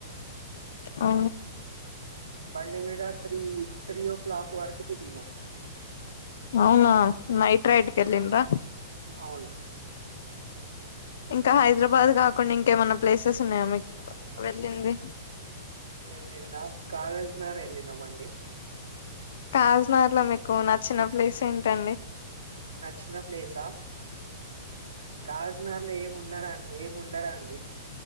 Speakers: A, on the left; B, on the right.
A: ఆ
B: బండి మీ త్రీ త్రీ ఒ క్లాక్ వరకు తిరిగినం
A: అవునా నైట్ రైడ్ కెల్లిండ్రా
B: అవును
A: ఇంకా హైదరాబాద్ కాకుండా ఇంకేమన్నా ప్లేసెస్ ఉన్నాయా మీక్ వెళ్ళింది
B: వెల్లినా కాగజ్ నగర్ ఎల్లినమండి
A: కాజ్ నగర్ ల మీకు నచ్చిన ప్లేస్ ఏంటండి?
B: నచ్చిన ప్లేసా కాజనర్ లో ఏముండరా ఏముండద అండి